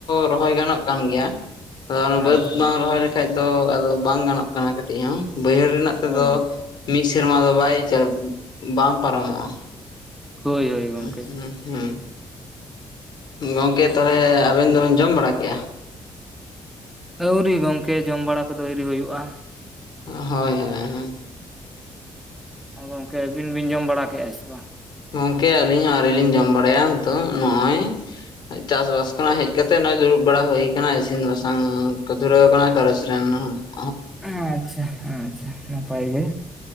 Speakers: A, on the left; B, in the centre.
A: ᱨᱚᱦᱚᱭ ᱜᱟᱱᱚᱜ ᱠᱟᱱ ᱜᱮᱭᱟ ᱟᱫᱚ ᱚᱱᱟ ᱵᱟᱹᱫᱽ
B: ᱟᱪᱪᱷᱟ
A: ᱵᱟᱝ ᱨᱚᱦᱚᱭ ᱞᱮᱠᱷᱷᱟᱡ ᱫᱚ ᱟᱫᱚ ᱵᱟᱝ ᱜᱟᱱᱚᱜ ᱠᱟᱱᱟ ᱠᱟᱹᱴᱤᱡ ᱦᱚᱸ ᱵᱟᱹᱭᱦᱟᱹᱲ ᱨᱮᱱᱟᱜ ᱛᱮᱫᱚ
B: ᱦᱳᱭ
A: ᱢᱤᱫ ᱥᱮᱨᱢᱟ ᱫᱚ ᱵᱟᱭ ᱵᱟᱝ ᱯᱟᱨᱚᱢᱚᱜᱼᱟ
B: ᱦᱳᱭ ᱦᱳᱭ ᱜᱚᱝᱠᱮ
A: ᱦᱮᱸ ᱦᱩᱸ ᱜᱚᱝᱠᱮ ᱛᱟᱦᱚᱞᱮ, ᱟᱵᱮᱱ ᱫᱚᱵᱤᱱ ᱡᱚᱢ ᱵᱟᱲᱟ ᱠᱮᱜᱼᱟ?
B: ᱟᱹᱣᱨᱤ ᱜᱚᱝᱠᱮ ᱡᱚᱢ ᱵᱟᱲᱟ ᱠᱚᱫᱚ ᱟᱹᱣᱨᱤ ᱦᱩᱭᱩᱜᱼᱟ
A: ᱦᱳᱭ ᱦᱳᱭ ᱦᱳᱭ
B: ᱟᱜᱚᱝᱠᱮ, ᱟᱹᱵᱤᱱ ᱵᱤᱱ ᱡᱚᱢ ᱵᱟᱲᱟ ᱠᱮᱫᱼᱟ ᱥᱮ ᱵᱟᱝ?
A: ᱜᱚᱝᱠᱮ ᱟᱹᱞᱤᱧ ᱦᱚᱸ ᱟᱹᱣᱨᱤ ᱞᱤᱧ ᱡᱚᱢ ᱵᱟᱲᱟᱭᱟ ᱛᱚ ᱱᱚᱜᱼᱚᱭ ᱪᱟᱥ ᱵᱟᱥ ᱠᱷᱚᱱᱟᱜ ᱦᱮᱡ ᱠᱟᱛᱮᱜ ᱱᱚᱜᱚᱭ ᱫᱩᱲᱩᱵ ᱵᱟᱲᱟ ᱦᱩᱭᱩ ᱟᱠᱟᱱᱟ ᱤᱥᱤᱱ ᱵᱟᱥᱟᱝ ᱠᱚ ᱫᱷᱩᱨᱟᱹᱣ ᱟᱠᱟᱱᱟ ᱜᱷᱟᱨᱚᱡᱽ ᱨᱮᱱ ᱦᱚᱸ
B: ᱟᱪᱪᱷᱟ ᱟᱪᱪᱷᱟ ᱱᱟᱯᱟᱭ ᱜᱮ